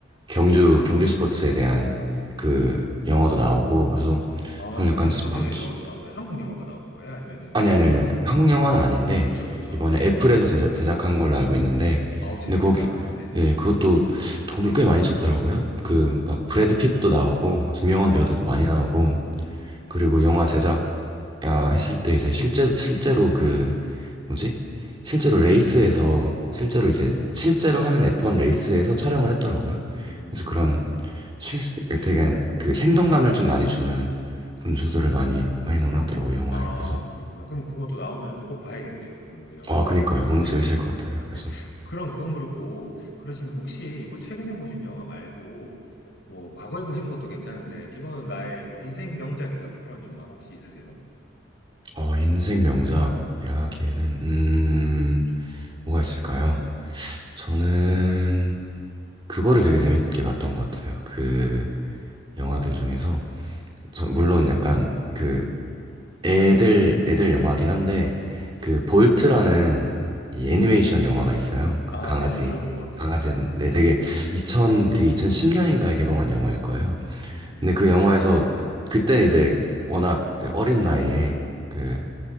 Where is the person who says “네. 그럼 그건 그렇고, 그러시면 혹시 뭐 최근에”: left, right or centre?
Left